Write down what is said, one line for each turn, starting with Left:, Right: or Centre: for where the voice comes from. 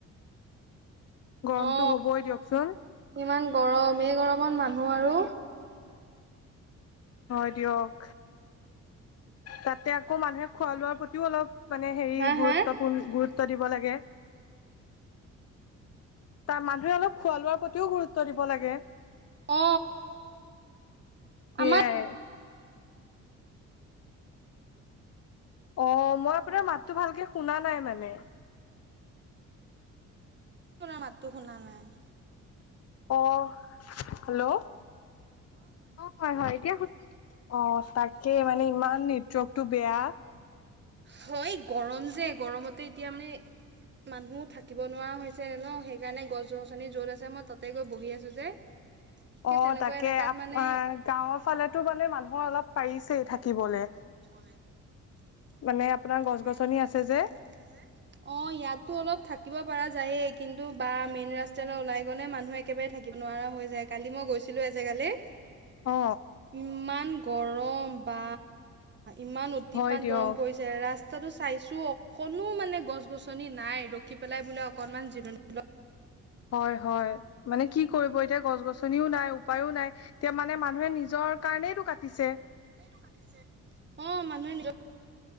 Right: <inaudible>
Left: গৰমটো
Right: অ,
Left: হ'বই দিয়কচোন
Right: ইমান গৰম এই গৰমত মানুহ আৰু
Left: হয় দিয়ক, তাতে আকৌ মানুহে খোৱা- লোৱাৰ প্ৰতিও অলপ মানে হেৰি
Right: হা
Left: গুৰুত্বপূৰ্ণ
Right: হা?
Left: গুৰুত্ব দিব লাগে? তাৰ মানুহে অলপ খোৱা লোৱাৰ প্ৰতিও গুৰুত্ব দিব লাগে।
Right: অ
Left: সেয়াই।
Right: আমাৰ
Left: অ মই আপোনাৰ মাতটো ভালকে শুনা নাই মানে?
Right: তোমাৰ মাততো শুনা নাই।
Left: অ হেল্ল'। অ হয় হয় এতিয়া অ তাক। কে মানে ইমান নেটকটো বেয়া।
Right: হয় গৰম যে গৰমতে এতিয়া মানে। মানুহ থাকিব নোৱাৰা হৈছে ন সেইকাৰণে গছ- গছনি য'ত আছে মই তাতে গৈ বহি আছো যে। সেই
Left: অ
Right: তেনেকুৱা
Left: তাকে
Right: এলেকাত
Left: আ
Right: মানে
Left: গাঁৱৰ ফালেতো মানে মানুহৰ অলপ পাৰিছেই থাকিবলে।
Right: <unintelligible>
Left: মানে আপোনাৰ গছ
Right: মানে
Left: গছনি
Right: আপোনাৰ
Left: আছে
Right: গছ
Left: যে
Right: -গছনি আছে যে, অ ইয়াতো অলপ থাকিব পাৰা যায়ে। কিন্তু বা মেইন ৰাস্তালৈ ওলাই গ'লে মানুহ একেবাৰে থাকিব নোৱাৰা হৈ যায়, কালি মই গৈছিলো এজেগালে
Left: অ।
Right: ইমান গৰম বা ইমান অতিপাত
Left: হয় দিয়ক
Right: গৰম পৰিছে ৰাস তাটো চাইছো অকণো মানে গছ -গছনি নাই ৰখি পেলাই বোলে অকনমান জিৰণি ল
Left: হয় হয় মানে কি কৰিব এতিয়া গছ -গছনিও নাই, উপায়ো নাই, এতিয়া মানে মানুহে নিজৰ কাৰণেইটো কাটিছে।
Right: টো কাটিছে অ মানুহে নিজ